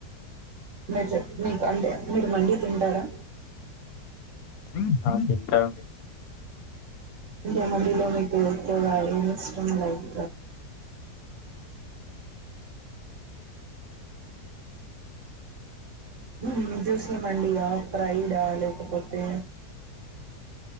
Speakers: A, on the right; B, on the left.
A: మీక్ మీకు అంటే మీరు మండి తింటారా
B: <unintelligible> ఆ తింటా అండి
A: అంటే మండిలో మీకు ఎక్కువగా ఏం ఇష్టం లైక్ నిన్ చూసిన మండియా ప్రైడా లేకపోతే